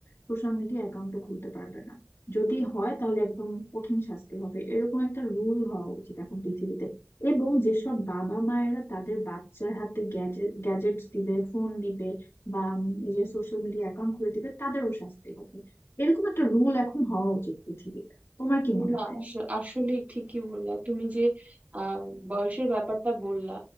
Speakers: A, on the left; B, on the right.
A: সোশ্যাল মিডিয়া অ্যাকাউন্টও খুলতে পারবে না যদি হয় তাহলে একদম কঠিন শাস্তি হবে এরকম একটা রুল হওয়া উচিত এখন পৃথিবীতে এবং যেসব বাবা মায়েরা তাদের বাচ্চার হাতে গ্যাজেট গ্যাজেটস দিবে ফোন দিবে বা উম, এই যে সোশ্যাল মিডিয়া অ্যাকাউন্ট খুলে দিবে তাদেরও শাস্তি হবে এরকম একটা রুল এখন হওয়া উচিত পৃথিবীতে তোমার কি মনে
B: না
A: হয়
B: আস- আসলে ঠিকই বললা তুমি যে আহ, বয়সের ব্যাপারটা বললা